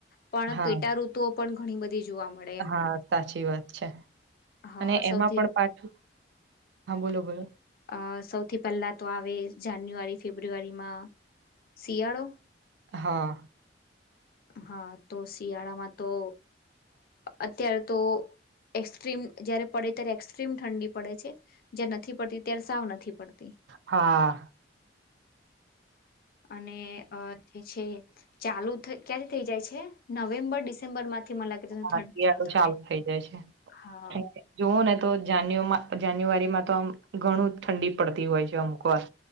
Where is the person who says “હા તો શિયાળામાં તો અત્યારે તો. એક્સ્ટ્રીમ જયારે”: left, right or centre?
Left